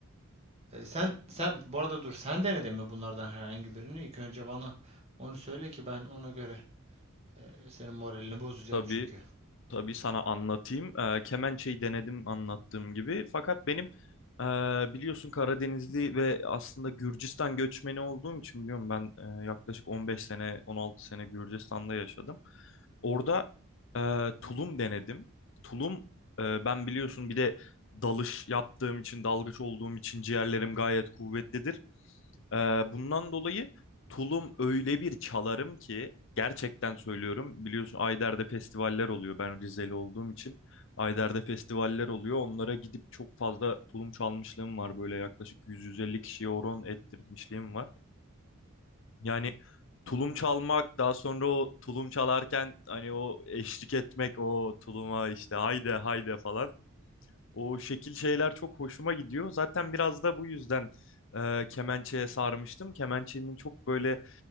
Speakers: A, on the right (about 30°); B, on the left (about 60°).
A: Eee, sen sen bu arada dur sen denedin mi bunlardan herhangi birini? İlk önce bana onu söyle ki ben ona göre eee, senin moralini bozacağım
B: Tabii
A: çünkü.
B: Tabii sana anlatayım. Eee, kemençeyi denedim anlattığım gibi. Fakat benim eee, biliyorsun Karadenizli ve aslında Gürcistan göçmeni olduğum için biliyorum ben eee, yaklaşık 15 sene 16 sene Gürcistan'da yaşadım. Orada eee, tulum denedim. Tulum eee, ben biliyorsun bir de dalış yaptığım için dalgıç olduğum için ciğerlerim gayet kuvvetlidir. Ee, bundan dolayı tulum öyle bir çalarım ki gerçekten söylüyorum. Biliyorsun Ayder'de festivaller oluyor. Ben Rizeli olduğum için Ayder'de festivaller oluyor. Onlara gidip çok fazla tulum çalmışlığım var. Böyle yaklaşık 100-150 kişiye horon ettirmişliğim var. Yani tulum çalmak daha sonra o tulum çalarken hani o eşlik etmek o tuluma işte haydi haydi falan. O şekil şeyler çok hoşuma gidiyor. Zaten biraz da bu yüzden e, kemençeye sarmıştım. Kemençenin çok böyle